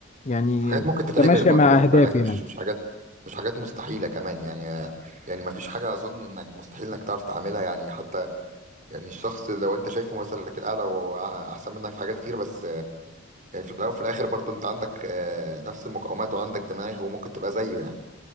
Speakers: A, on the left (about 35°); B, on the right (about 40°).
A: يعني
B: حاجات ممكن تتعمل
A: تماشى
B: برضه
A: مع
B: خد
A: اهدافي
B: بالك مش
A: يعني
B: مش حاجات مش حاجات مستحيلة كمان يعني آه، يعني مفيش حاجة أظن إنك مستحيل إنك تعرف تعملها يعني حتى يعني الشخص لو انت شايفه مثلك الاعلى واحسن منك في حاجات كتير بس آه، يعني في الاول وفي الاخر برضو انت عندك آه، نفس المقاومات وعندك دماغ وممكن تبقى زيه يعني